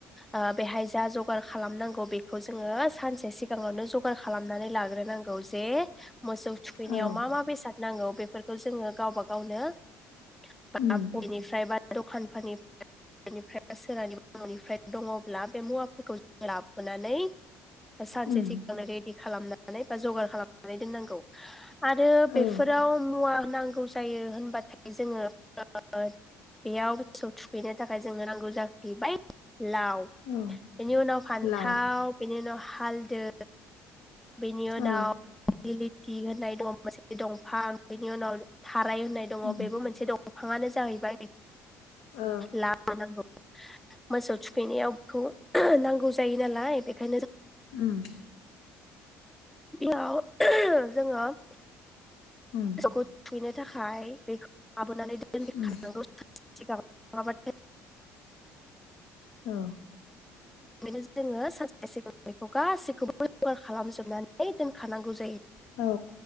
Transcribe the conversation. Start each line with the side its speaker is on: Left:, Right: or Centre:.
Centre: ओ बेहाय जा जगार खालामनांगौ बेखौ जोङो सानसे सिगाङावनो जगार खालामनानै लाग्रोनांगौ जे मोसौ थुखैनायाव
Left: औ
Centre: मा मा बेसाद नांगौ बेफोरखौ जोङो गावबा गावनो <unintelligible> बबेनिफायबा
Left: उम
Centre: दखानफोनि बेनिफ्राय सोरानि न'निफ्राय दङ' ब्ला बे मुवाफोरखौ जों लाबोनानै सानसे
Left: उम
Centre: सिगांनो रेडि खालामना नानै बा जगार खालाम दोननांगौ आरो बेफोराव
Left: औ
Centre: मुवा नांगौ गायो होनबाथाय जोङो <unintelligible> बेयाव मोसौ थुखैनो थाखाय जोंनो नांगौ जाहैबाय लाव
Left: औ
Centre: बेनि उनाव फान्थाव
Left: लाव
Centre: बेनि उनाव हालदै बेनि उनाव
Left: औ
Centre: दिगिलिथि होननाय दंफां मोनसे दंफां बेनि उनाव खाराय होननाय दङ
Left: उम
Centre: बेबो मोनसे दं दंफाङानो जाहैबाय
Left: औ
Centre: लाबोनांगौ। मोसौ थुखैनायाव बेखौ नांगौ जायो नालाय बेखायनो
Left: ओम
Centre: बेयाव जोङो <inaudible>
Left: उम
Centre: मोसौखौ थुखैनो थाखाय बेखौ लाबोनानै दोनफै
Left: उम
Centre: खानांगौ <inaudible>
Left: औ
Centre: बेनो जोङो सानसे सिगां बेखौ गासैखौ जगार खालामजोबनानै दोनखानांगौ जायो।
Left: औ